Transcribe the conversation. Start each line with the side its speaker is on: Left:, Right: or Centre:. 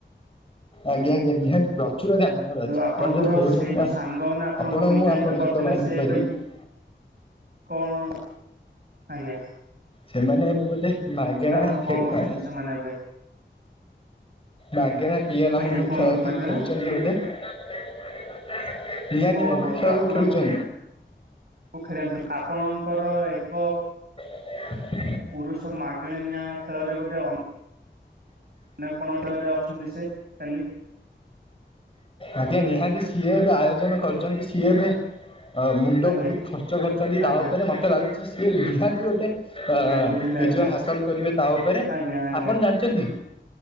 Left: ଆଜ୍ଞା ଆଜ୍ଞା ନିହାତିତ। ପ୍ରଚୁର ଜ୍ଞାନ ମୋର ଅଛି ଆପଣ
Right: ଆପଣଙ୍କର
Left: ଯଦି କହୁଛନ୍ତି
Right: ସେଇ ଯୋଉ
Left: ବା
Right: ସାଙ୍ଗମାନେ ଆପଣଙ୍କୁ
Left: ଆପଣ
Right: ବିଚଳିତ
Left: ମୁଁ ଆପଣଙ୍କ
Right: କରିଦେଲେ
Left: ସହିତ ବାଣ୍ଟି
Right: ସେ ଏବେ
Left: ପାରିବି। <unintelligible>
Right: କଣ ଆଜ୍ଞା।
Left: ସେମାନେ ଏବେ ବୋଧେ ମାଗେଣା
Right: ତ ଆପଣ
Left: ଖେଣା
Right: କଣ କରୁଛନ୍ତି ସେମାନେ ଏବେ
Left: ମାଗେଣା ଟିଏ ନାମକ
Right: ଆଜ୍ଞା କୁହନ୍ତୁ
Left: ଖେଳ
Right: ମାଗେଣା
Left: ଖେଳୁଛନ୍ତି ବୋଧେ? <unintelligible>
Right: ଓହୋ
Left: ଖେଳ
Right: ତ ଆପଣଙ୍କୁ
Left: ଖେଳୁଛନ୍ତି।
Right: ଖେଳିଥିଲେ ଆପଣଙ୍କର ଏକ
Left: <unintelligible>
Right: ପୁରୁଷ ମାଗଣା ନିଆଁ ଖେଳରେ ଗୋଟେ ଅନ- ମାନେ କଣ ଟିକରେ ଅଛନ୍ତି ସେ କାଲି
Left: ଆଜ୍ଞା ନିହାତି ସିଏ ଏବେ ଆୟୋଜନ କରୁଛନ୍ତି ସିଏ ଏବେ ମୁଣ୍ଡ
Right: ଆଜ୍ଞା
Left: ବହୁତ ଖର୍ଚ୍ଚ କରିଛନ୍ତି ତା
Right: ଆଜ୍ଞା
Left: ଉପରେ ମୋତେ ଲାଗୁଛି ସ ନିହାତି ଗୋଟେ ଅ
Right: ଆଜ୍ଞା ବୁଝିଲେ
Left: ବିଜୟ
Right: ଆଜ୍ଞା
Left: ହାସଲ କରିବେ ତା ଉପରେ
Right: ଆଜ୍ଞା ଆଜ୍ଞା
Left: ଆପଣ ଜାଣିଛନ୍ତି?